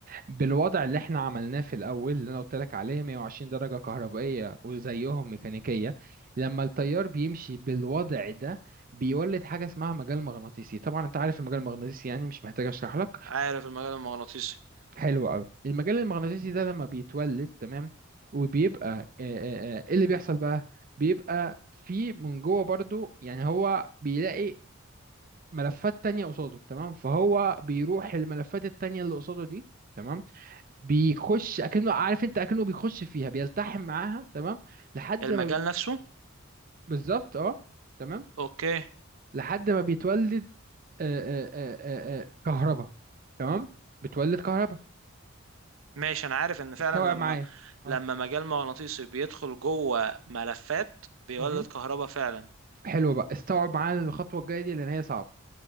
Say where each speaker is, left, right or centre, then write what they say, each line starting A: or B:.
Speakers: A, on the right; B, on the right.
A: بالوضع اللي احنا عملناه في الاول اللي انا قلت لك عليه 120 درجة كهربائية وزيهم ميكانيكية لما التيار بيمشي بالوضع ده بيولد حاجة اسمها مجال مغناطيسي طبعا انت عارف المجال المغناطيسي يعني مش محتاج اشرح لك
B: عارف المجال المغناطيسي
A: حلو قوي المجال المغناطيسي ده لما بيتولد تمام وبيبقى آه، آه، آه، ايه اللي بيحصل بقى بيبقى في من جوه برضو يعني هو بيلاقي ملفات تانية قصاده تمام فهو بيروح الملفات التانية اللي قصاده دي تمام بيخش اكنه عارف انت اكنه بيخش فيها بيلتحم معاها تمام لحد
B: المجال
A: ما ب-
B: نفسه
A: بالظبط اه تمام
B: اوكي
A: لحد ما بيتولد آه، آه، آه، آه، آه، كهرباء تمام بتولد كهرباء
B: ماشي انا عارف ان فعلا
A: استوعب
B: لما
A: معايا اه
B: لما مجال مغناطيسي بيدخل جوه ملفات بيولد
A: مهم.
B: كهرباء فعلا
A: حلو بقى استوعب معايا الخطوة الجاية دي لان هي صعبة